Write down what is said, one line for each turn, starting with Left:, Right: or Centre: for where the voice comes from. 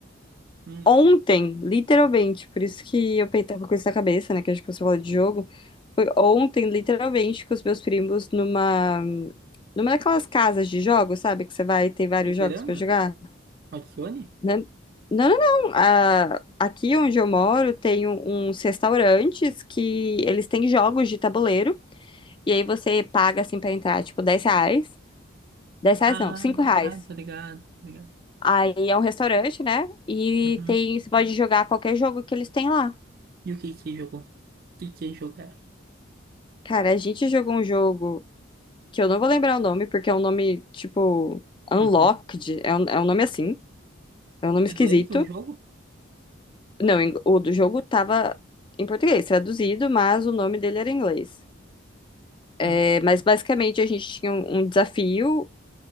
Right: Hum.
Left: Ontem, literalmente, por isso que eu pe- tava com isso na cabeça, né? Que a gente começou a falar de jogo. Foi ontem, literalmente, com os meus primos numa. Numa daquelas casas de jogos, sabe? Que você vai e tem vários
Right: Fliperama?
Left: jogos pra jogar.
Right: Hatsune?
Left: Né? Não, não, não. Ah, aqui onde eu moro tem um- uns restaurantes que eles têm jogos de tabuleiro. E aí você paga, assim, pra entrar, tipo, 10 reais. dez reais
Right: Ah,
Left: não, 5 reais.
Right: tá, tá ligado, tá ligado.
Left: Aí é um restaurante, né? E
Right: Uhum.
Left: tem, você pode jogar qualquer jogo que eles têm lá.
Right: E o que que você jogou? O que que você jogaram?
Left: Cara, a gente jogou um jogo que eu não vou lembrar o nome, porque é um nome, tipo, Unlocked.
Right: Uhum.
Left: É um, é um nome assim. É um nome
Right: Em
Left: esquisito.
Right: Inglês o jogo?
Left: Não, em- o do jogo tava em português, traduzido, mas o nome dele era em inglês. É,
Right: Uhum.
Left: mas basicamente a gente tinha um, um desafio.